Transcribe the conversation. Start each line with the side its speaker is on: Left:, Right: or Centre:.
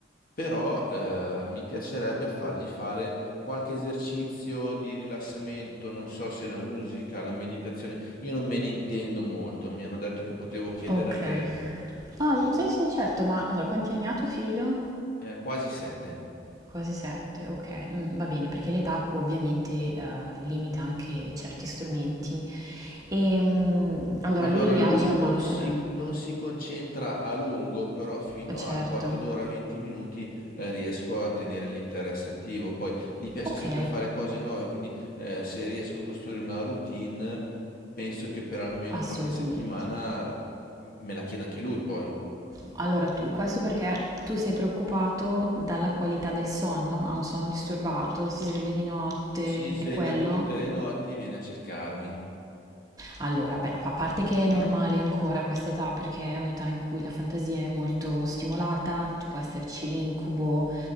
Left: però eh, mi piacerebbe fargli fare qualche esercizio di rilassamento, non so se la musica, la meditazione, io non me ne intendo molto, mi hanno detto che potevo chiedere
Right: Ok.
Left: a te
Right: Ah, sì, sì, certo, ma allora quanti anni ha tuo figlio?
Left: eh, quasi sette.
Right: Quasi sette, ok, Mm, va bene, perché l'età ovviamente eh, limita anche certi strumenti. E, mm, allora
Left: Allora,
Right: lui
Left: lui
Right: ha giornate?
Left: non si,
Right: Eh,
Left: non si concentra a lungo, però fino
Right: eh, certo.
Left: al quarto d'ora, 20 minuti, eh, riesco a tenere l'interesse attivo. Poi gli piace
Right: Ok,
Left: sempre fare cose nuove, quindi eh, se riesco a costruire una routine, penso che per almeno
Right: assolutamente.
Left: qualche settimana m- me la chieda anche lui poi.
Right: Allora, tu- questo perché tu sei preoccupato dalla qualità del sonno? Ha un sonno disturbato? Si sveglia di notte?
Left: Si sveglia
Right: È quello?
Left: tutte le notti, viene a cercarmi.
Right: Allora, beh, a parte che è normale ancora questa età, perché è un'età in cui la fantasia è molto stimolata, ci può esserci l'incubo,